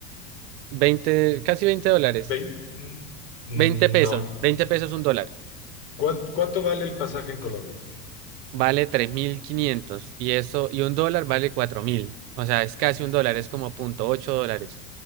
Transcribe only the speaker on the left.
Vein- mm,
No.
¿Cuán- ¿Cuánto vale el pasaje en Colombia?